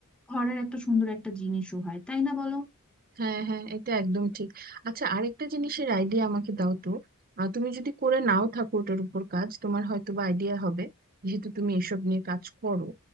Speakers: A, in the centre; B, on the right.
A: ঘরের একটা সুন্দর একটা জিনিসও হয় তাই না বলো
B: হ্যাঁ হ্যাঁ এটা একদম ঠিক আচ্ছা আরেকটা জিনিসের আইডিয়া আমাকে দাও তো আহ, তুমি যদি করে নাও থাকো ওটার উপর কাজ তোমার হয়তো বা আইডিয়া হবে যেহেতু তুমি এসব নিয়ে কাজ করো